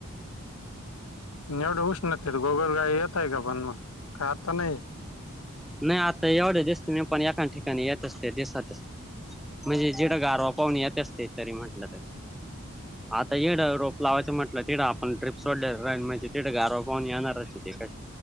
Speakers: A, on the left; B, in the centre.
A: एवढं उष्णते गोगल गाय येतय का पण मग का आता नाही?
B: नाही आता एवढे दिसते मी पण एका ठिकाणी येतच ते दिसातच. म्हणजे जेडा गारवा पाहणी यत असते तरी म्हटलं तर आता येढं रोप लावायचं म्हटलं तिडं आपण ट्रीप सोडले म्हणजे तिडें गार पाहून येणार असशी क